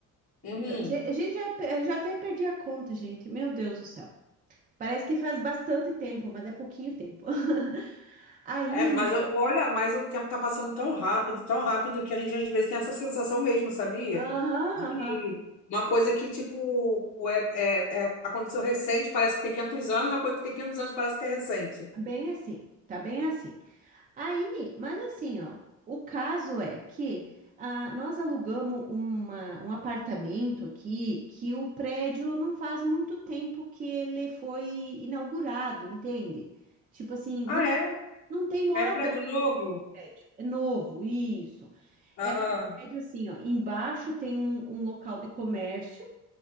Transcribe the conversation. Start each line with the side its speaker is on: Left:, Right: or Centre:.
Left: Uhum.
Right: Eu- ge- A gente já, pe- já até perdi a conta, gente. Meu Deus do céu. Parece que faz bastante tempo, mas é pouquinho tempo. <laughs> Aí,
Left: É, mas
Right: menina.
Left: eu, olha, mas o tempo tá passando tão rápido, tão rápido, que a gente às vezes tem essa sensação mesmo, sabia?
Right: Aham,
Left: De que
Right: aham.
Left: uma coisa que, tipo, é, é, é- aconteceu recente, parece que tem 500 anos, uma coisa que tem 500 anos parece que é recente.
Right: Bem assim, tá bem assim. Aí, mas assim, ó, o caso é que ah, nós alugamos uma, um apartamento aqui que o prédio não faz muito tempo que ele foi inaugurado, entende? Tipo assim,
Left: Ah,
Right: não,
Left: é?
Right: não tem morador
Left: É prédio
Right: no
Left: novo?
Right: prédio, é novo, isso.
Left: Aham,
Right: É um prédio assim, ó, embaixo tem um, um local de comércio,